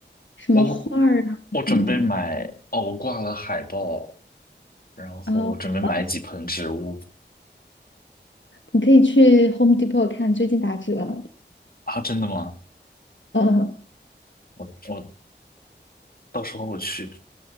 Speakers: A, on the left; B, on the left.
A: 什么画儿啊什么的。
B: 我我准备买，哦，我挂了海报，然后我准备买几盆植物
A: 哦，好吧，你可以去 Home Depot 看，最近打折哦，
B: 啊，真的吗？
A: 呃
B: 我我到时候我去